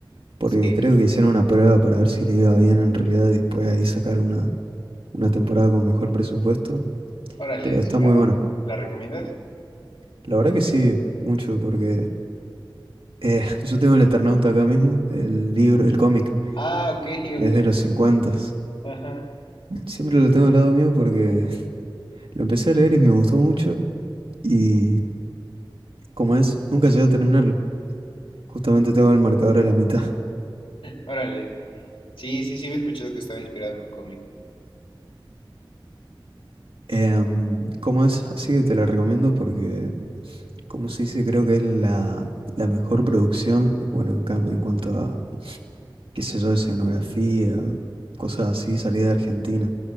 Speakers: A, on the right; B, on the left.
A: Porque
B: sí,
A: creo
B: sí.
A: que hicieron una prueba para ver si le iba bien en realidad y después ahí sacar una, una temporada con mejor presupuesto.
B: Órale,
A: Pero está
B: sí
A: muy
B: ¿la,
A: buena.
B: la recomiendas?
A: La verdad que sí, mucho, porque eh, <laughs> yo tengo el Eternauta acá mismo, el libro, el cómic,
B: Ah, ok,
A: que
B: ok.
A: es de los 50.
B: Ajá,
A: Siempre lo tengo al lado mío porque <laughs> lo empecé a leer y me gustó mucho. Y como es, nunca llegué a terminarlo. Justamente tengo el marcador a la mitad. <laughs>
B: órale. Sí, sí, sí, había escuchado que estaba inspirado en un cómic.
A: Em, ¿cómo es? Así que te la recomiendo porque como se dice, creo que es la, la mejor producción, bueno, en, cam- en cuanto a, qué sé yo, escenografía, cosas así, salida de Argentina.